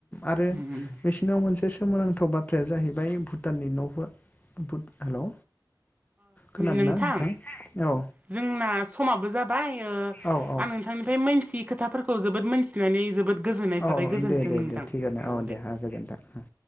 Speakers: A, on the left (about 20°); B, on the right (about 20°).
A: आरो
B: उम उम
A: बिसिनाव मोनसे सोमोनांथाव बाथ्राया जाहैबाय भुटाननि न'फोर हेलौ खोनादोंना
B: नोंथां
A: नोंथां
B: जोंना समाबो जाबाय। ओमफाय
A: औ औ
B: आं नोंथांनिफ्राय मोनथियै खोथाफोरखौ जोबोद मोनथिनानै जोबोद गोजोननाय
A: औ
B: थाबाय
A: औ
B: गोजोन्थों
A: दे दे
B: नोंथां
A: दे थिगानो
B: ओ
A: औ दे जागोन दे नोंथां।